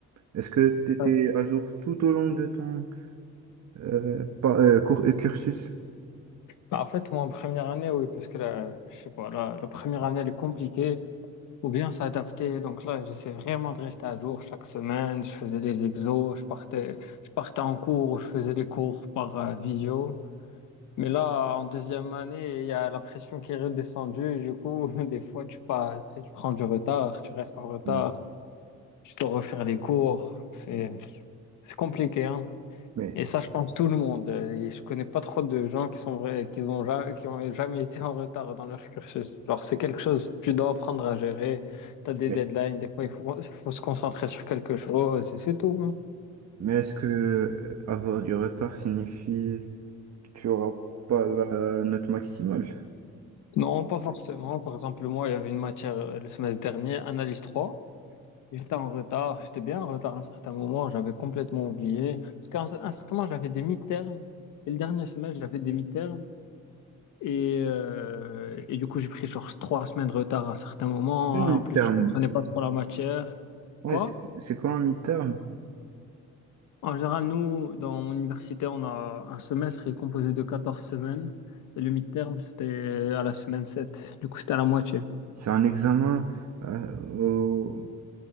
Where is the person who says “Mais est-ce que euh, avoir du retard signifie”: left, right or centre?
Right